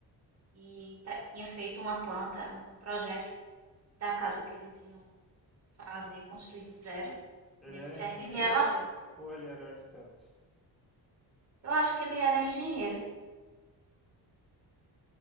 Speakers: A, on the right; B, in the centre.
A: E ta- tinha feito uma planta, um projeto da casa que eles iam fazer, construir do zero
B: Ele
A: nesse
B: era
A: terreno.
B: engenheiro
A: E ela,
B: ou ele era arquiteto?
A: eu acho que ele era engenheiro.